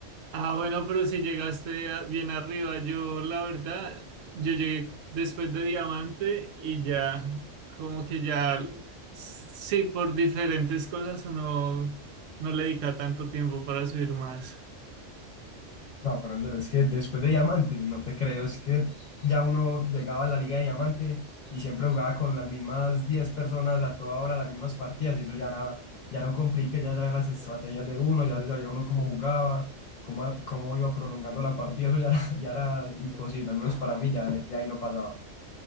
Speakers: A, on the right; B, on the left.
A: Ah, bueno, pero si llegaste a- bien arriba, yo la verdad, yo llegué después de Diamante y ya, como que ya, sí, por diferentes cosas uno no le dedica tanto tiempo para subir más.
B: No, pero en serio, es que después de Diamante, no te creo, es que ya uno llegaba a la Liga de Diamante y siempre jugaba con las mismas 10 personas a toda hora, las mismas partidas, y eso ya era, ya era un complique, ya sabían las estrategias de uno, ya sabía uno cómo jugaba, cómo, cómo iba prolongando la partida, eso ya era, <laughs> ya era imposible, al menos para mí ya de, de ahí no pasaba.